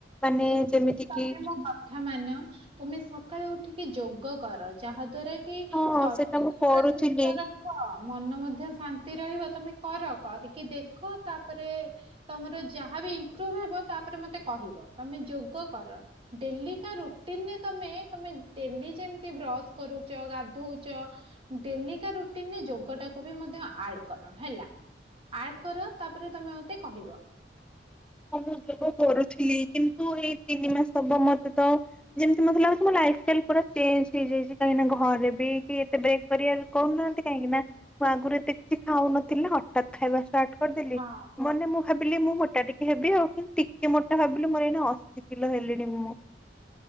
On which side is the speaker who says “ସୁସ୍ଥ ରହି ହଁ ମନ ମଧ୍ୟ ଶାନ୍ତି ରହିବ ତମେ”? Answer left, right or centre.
Right